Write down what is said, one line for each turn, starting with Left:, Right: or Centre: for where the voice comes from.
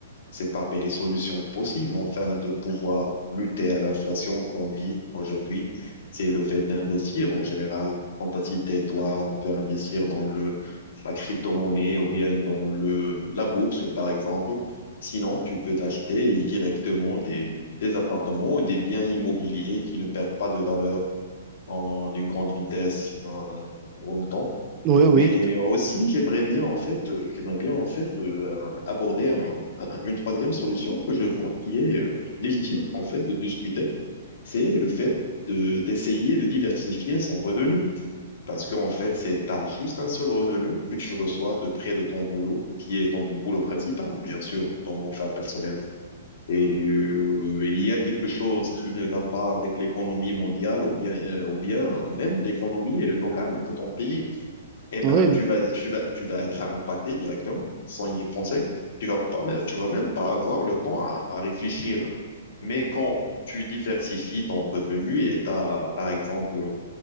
Left: C'est parmi les solutions possibles, enfin, de pouvoir lutter à l'inflation qu'on vit aujourd'hui. C'est le fait d'investir en général. Quand t'as cité, toi, on peut investir dans le, la crypto-monnaie ou bien dans le, la bourse, par exemple. Sinon, tu peux t'acheter directement des, des appartements ou des biens immobiliers qui ne perdent pas de valeur en- d'une grande vitesse en, en même temps.
Right: Oui, oui,
Left: Mais aussi, j'aimerais bien en fait, euh, j'aimerais bien en fait euh, aborder un- un- une troisième solution que je vois qui est euh, légitime en fait de discuter. C'est le fait de d'essayer de diversifier son revenu. Parce qu'en fait, c'est t'as juste un seul revenu que tu reçois de près de ton boulot, qui est ton boulot principal, bien sûr, dans mon cas personnel. Et euh, il y a quelque chose qui ne va pas avec l'économie mondiale ou bien euh, ou bien même l'économie euh, locale de ton pays. Eh ben,
Right: oui,
Left: tu vas tu vas tu vas être impacté directement sans y penser. Tu vas pas mais tu vas même pas avoir le temps à, à réfléchir. Mais quand tu diversifies ton revenu et t'as par exemple